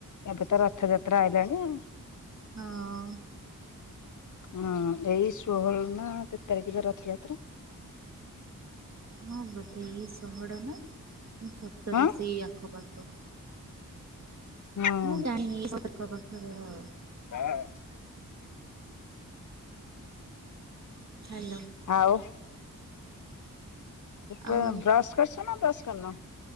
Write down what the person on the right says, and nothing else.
ହଁ।
ହଁ, ବୋଧେ ଏଇ ଷୋହଳ ନା ସତର
ସେଇ ଆଖପାଖ।
ମୁଁ ଜାଣିନି <unintelligible> ଆଖ ପାଖରେ ହଁ।
ହାଲୋ।
ଆଉ